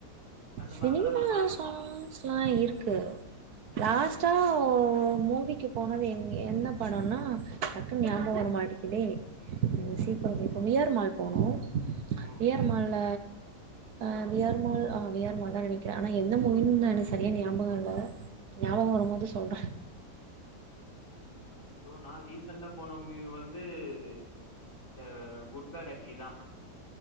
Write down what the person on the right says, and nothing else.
சினிமா
சாங்ஸ்ல்லா
இருக்கு லாஸ்டா மூவிக்கு போனது எங் என்ன படம்னா டக்குனு ஞாபகம் வர மாடிக்குதே எங்க சீக்கிரம்ப்ப வி ஆர் மால் போனோம்
வி ஆர் மால்ல ஆ வி ஆர் மால் ஆ வி ஆர் மால் தா நெனைக்கிறே ஆனா எந்த மூவின்னு எனக்கு சரியா ஞாபகம்ல ஞாபகம் வரும்போது சொல்ற